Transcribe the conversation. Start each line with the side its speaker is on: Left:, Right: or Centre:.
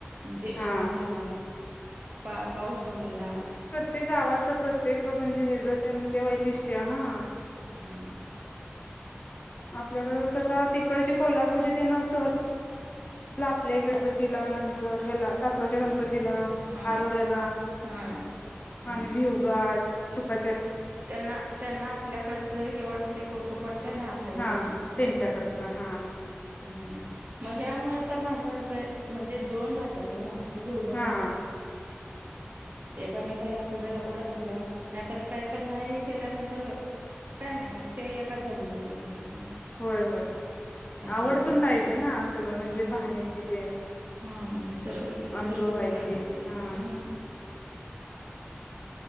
Right: म्हणजे
Left: हा
Right: हवा खायला, पा पाऊस बघायला.
Left: ते गावाचं प्रत्येक म्हणजे हे ज ते ते वैशिष्ट्य हां
Right: हम्म
Left: आपल्याकडं स्वतः तिकडचे कोल्हापूरची ते ना सहल. ला आपले गणपतीला नंतर ह्येला तासगावच्या गण पतीला
Right: हा
Left: आरोड्याला
Right: हा हम्म
Left: आणि भिवगाठ सुका
Right: त्यांना त्यांना आपल्याकडचं हे वाटतंय कौतुक वाटतंय ना आप पल्याला
Left: हा
Right: त्यांना त्यांचं
Left: त्यांच्याकडचं
Right: कवतूक वाटते.
Left: हा
Right: हम मग ह्या मूळं तर माण सांचे म्हणजे जोळून राहतात ग माणस जोडून
Left: हा
Right: राहतात. एकामेकाला असं जरा ओढ असल्या नाहीतर काहीतर नाही केल्यानंतर काय नाय मग ते एकाच जागी बसून राहत्यात.
Left: होय होय. आवड
Right: होते
Left: पण पाहिजे ना सगळं म्हणजे
Right: हा
Left: पाहण्याची तेन
Right: हा निसर्ग निसर्ग
Left: अनुभवायचे
Right: बघायला पाहिजे
Left: हां.
Right: हा